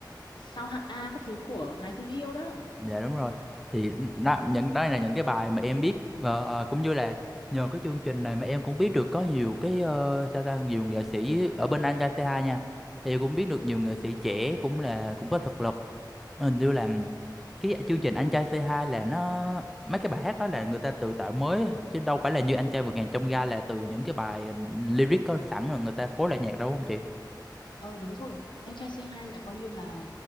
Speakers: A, on the left; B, in the centre.
A: sao hạng A các thứ của Hai Thứ Yêu đó
B: Dạ đúng rồi. Thì nó, những đó là những cái bài mà em biết ờ, cũng như là nhờ cái chương trình này mà em cũng biết được có nhiều cái ờ, sao ta nhiều nghệ sĩ ở bên Anh ca tê hai nha. Thì cũng biết được nhiều nghệ
A: Ừ.
B: sĩ trẻ cũng là cũng có thực lực. Hình như là cái chương trình Anh trai C2 là nó mấy cái bài hát đó là người ta tự tạo mới chứ đâu phải là như Anh trai vượt ngàn chông gai là từ những cái bài lyric có sẵn rồi người ta phối lại nhạc đâu đúng không chị?
A: ờ đúng rồi anh trai c hai là coi như là